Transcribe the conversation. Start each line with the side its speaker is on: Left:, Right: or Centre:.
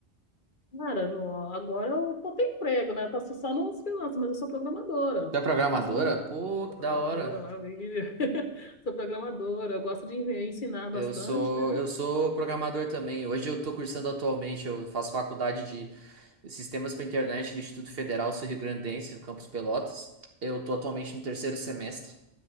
Left: Cara, João, agora eu tô sem emprego, né? Eu tô assim, só nos freelancers, mas eu sou programadora.
Right: Tu é programadora?
Left: Faço um...
Right: Pô,
Left: Sou
Right: que
Left: programadora,
Right: da hora.
Left: maravilha. <laughs> Sou programadora. Eu gosto de ensinar bastante,
Right: Eu sou
Left: né?
Right: eu sou programador também. Hoje eu tô cursando atualmente, eu faço faculdade de Sistemas para Internet do Instituto Federal Sul-Rio-Grandense, no campus Pelotas. Eu tô atualmente no terceiro semestre.